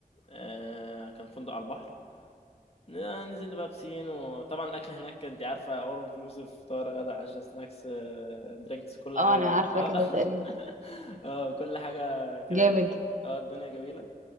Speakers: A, on the left (about 40°); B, on the right (about 55°).
A: آه، كان فندق على البحر ن- نزلنا بقى بسين وطبعا الاكل هناك انت عارفه اول انكلوسيف فطار غدا عشاء سناكس درينكس كل
B: اه
A: حاجه
B: انا عارفه
A: <laughs>
B: كده تقريبا
A: اه كل حاجة كده
B: جامد
A: جميلة اه الدنيا جميلة